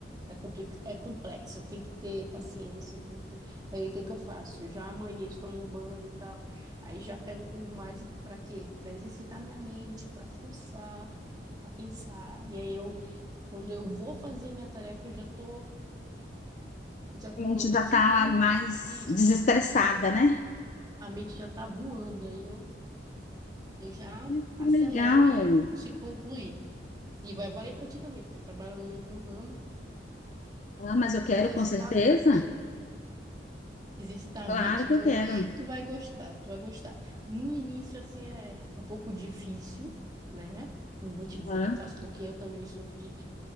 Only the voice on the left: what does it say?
A gente já
está mais
desestressada, né?
Ai, Que
legal.
Ah, mas eu quero,
com certeza.
Claro
que
eu quero.
Ah,